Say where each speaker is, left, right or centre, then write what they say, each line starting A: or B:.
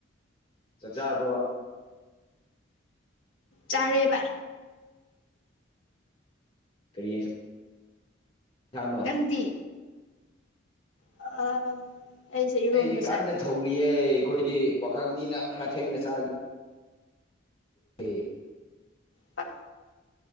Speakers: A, on the left; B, on the left.
A: ꯆꯥꯛꯆꯥꯥꯔꯔꯕꯕꯥ
B: ꯆꯥꯔꯦꯕ
A: ꯀꯔꯤ ꯌꯦꯟꯁꯥꯡꯅꯣ
B: ꯅꯪꯗꯤ ꯑꯥ ꯑꯩꯁꯦ ꯏꯔꯣꯟꯕ
A: ꯑꯩꯗꯤ ꯀꯟꯅ
B: ꯆꯥꯏ
A: ꯊꯧꯔꯤꯌꯦ ꯑꯩꯈꯣꯏꯗꯤ ꯄꯥꯈꯪꯅꯤꯅ ꯈꯔ ꯊꯦꯡꯅ ꯆꯥꯈꯤ ꯇꯦ
B: ꯐ